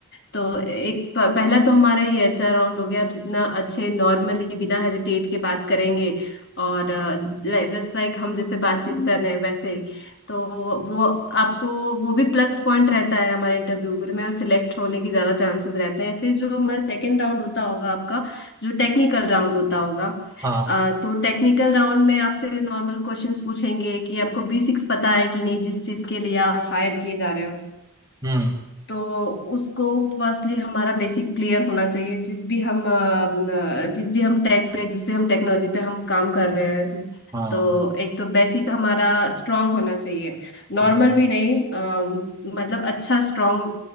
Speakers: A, on the left; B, on the right.
A: तो एक प- पहला तो हमारा ये अच्छा राउंड हो गया आप जितना अच्छे नॉर्मली बिना हेजिटेट के बात करेंगे और जस्ट लाइक हम जैसे बातचीत कर रहे हैं वैसे तो वो आपको वो भी प्लस पॉइंट रहता है हमारे इंटरव्यू में सिलेक्ट होने की ज़्यादा चांसेस रहते हैं फिर जो हमारा सेकेंड राउंड होता होगा आपका जो टेक्निकल राउंड होता होगा
B: हाँ
A: अ, तो टेक्निकल राउंड में आपसे नॉर्मल क्वेश्चंस पूछेंगे कि आपको बेसिक्स पता है कि नहीं जिस चीज़ के लिए आप हायर किए जा रहे हो
B: हम्म
A: तो उसको फर्स्टली हमारा बेसिक क्लियर होना चाहिए जिस भी हम अ, जिस भी हम टेक पे जिस भी हम टेक्नोलॉजी पे हम काम कर रहे हैं
B: हाँ
A: तो एक तो बेसिक हमारा स्ट्रांग होना चाहिए नॉर्मल
B: हाँ
A: भी नहीं अ, मतलब अच्छा स्ट्रांग